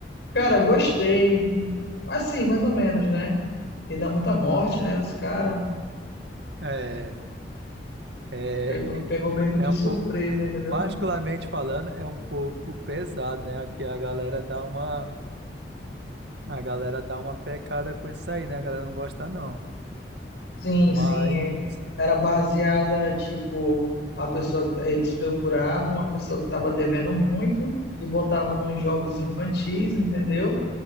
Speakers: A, on the left (about 70°); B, on the right (about 75°).
A: Cara, gostei. Assim, mais ou menos, né? E dá muita morte, né, dos caras.
B: É, é,
A: Pegou, pegou meio que
B: é
A: de
B: um
A: surpresa,
B: pouco,
A: entendeu?
B: particularmente falando, é um pouco pesado, né? Aqui a galera dá uma, a galera dá uma pecada com isso aí, né? A galera não gosta não.
A: Sim,
B: Mas,
A: sim. é.
B: sim.
A: Era baseada, tipo, a pessoa que tá- eles procuravam, uma pessoa que estava devendo muito e botava nos jogos infantis, entendeu?